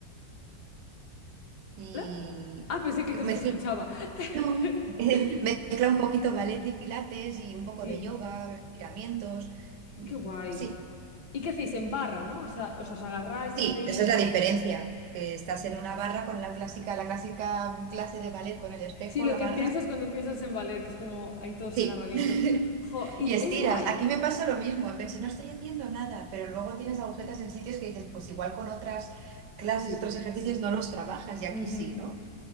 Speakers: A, on the right (about 75°); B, on the left (about 65°).
A: y
B: ¿Hola? Ah, pensé que te,
A: mezcla,
B: no te escuchaba. <laughs>
A: no, <laughs> mezcla un poquito ballet y pilates y un poco
B: Sí.
A: de yoga, estiramientos. Mm,
B: Qué guay.
A: Sí,
B: ¿Y qué hacéis en barra, no? O sea, os, os agarráis,
A: Sí,
B: hacéis...
A: esa es la diferencia, que estás en una barra con la clásica, la clásica clase de ballet con el espejo,
B: Sí, lo
A: la
B: que
A: barra.
B: piensas cuando piensas en valer, que es como ahí todos
A: Sí.
B: agarraditos.
A: <laughs>
B: Jo, y
A: Y estiras.
B: es guay.
A: Aquí me pasó lo mismo. Pensé, no estoy haciendo nada, pero luego tienes agujetas en sitios que dices, pues igual con otras clases,
B: Sí.
A: otros ejercicios no los trabajas y aquí
B: Ujú.
A: sí, ¿no?